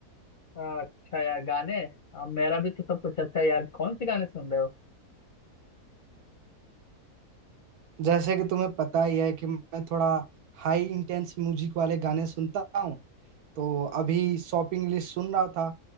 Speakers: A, on the left; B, on the right.
A: हाँ, अच्छा यार गाने हाँ, मेरा भी तो सब कुछ अच्छा है यार कौन से गाने सुन रहे हो
B: जैसे कि तुम्हें पता ही है कि मैं थोड़ा हाई इंटेंस म्यूजिक वाले गाने सुनता हूँ तो अभी शॉपिंग लिस्ट सुन रहा था